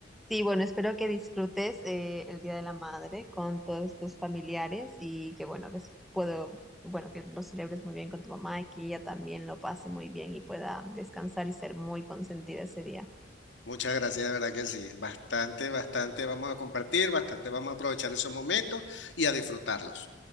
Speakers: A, in the centre; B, on the left.
A: Sí, bueno, espero que disfrutes eh, el Día de la Madre con todos tus familiares y que bueno, que es- puedo, bueno, que lo celebres muy bien con tu mamá y que ella también lo pase muy bien y pueda descansar y ser muy consentida ese día.
B: Muchas gracias, de verdad que sí. Bastante, bastante vamos a compartir, bastante vamos a aprovechar esos momentos y a disfrutarlos.